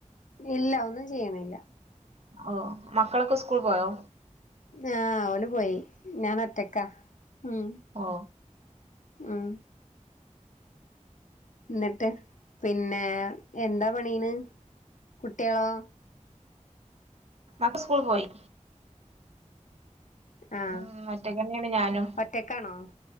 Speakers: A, on the left; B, on the right.
A: ഇല്ല. ഒന്നും ചെയ്യണില്ല.
B: ഓ. മക്കളൊക്കെ സ്കൂൾ പോയോ?
A: ആഹ്. ഒല് പോയി. ഞാനൊറ്റക്ക. ഉം
B: ഓ
A: ഉം. ന്നിട്ട്. പിന്നെ എന്താ പണീണ്. കുട്ട്യളോ?
B: അക്കെ സ്കൂൾ പോയി.
A: ആഹ്
B: മ്. ഒറ്റക്കന്നേണ് ഞാനും.
A: ഒറ്റക്കാണോ